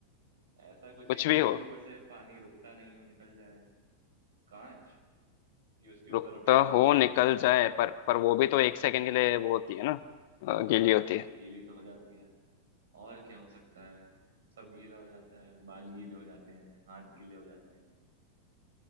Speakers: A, on the right (about 65°); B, on the left (about 50°).
A: ऐसा कुछ
B: कुछ
A: है क्या
B: भी
A: जिसके
B: हो
A: ऊपर से पानी रुकता नहीं हो निकल जाए कांच कि उसके ऊपर
B: रुकता
A: रुकेगा नहीं
B: हो
A: पानी
B: निकल जाए पर पर वो भी तो एक सेकंड के लिए वो होती है ना अ,
A: हाँ
B: गीली होती है
A: गीली तो हो जाती है और क्या हो सकता है सब गीला हो जाता है बाल गीले हो जाते हैं हाथ गीले हो जाते हैं